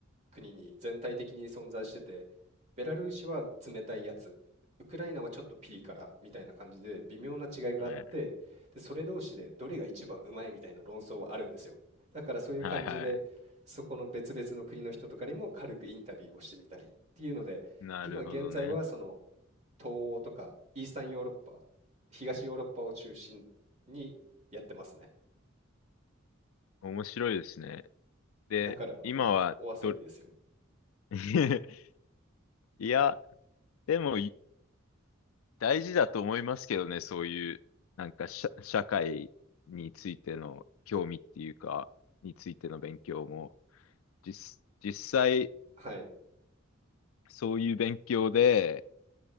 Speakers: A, on the right (about 35°); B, on the left (about 80°).
A: 国に全体的に存在してて、ベラルーシは冷たいやつ、ウクライナはちょっとピリ辛みたいな感じで微妙な違いがあって、
B: はい、
A: で、それ同士でどれが一番うまいみたいな論争はあるんですよ。だからそういう感じで、
B: はい、はい。
A: そこの別々の国の人とかにも軽くインタビューをしてみたりっていうので、
B: なるほどね。
A: 今現在はその東欧とかイースタンヨーロッパ、東ヨーロッパを中心にやってますね。
B: 面白いですね。で、
A: だから本当お遊びですよ。
B: 今はど、<laughs> いや、でも、大事だと思いますけどね、そういう、なんか社、社会についての興味っていうか、についての勉強も、実、実際、
A: はい。
B: そういう勉強で、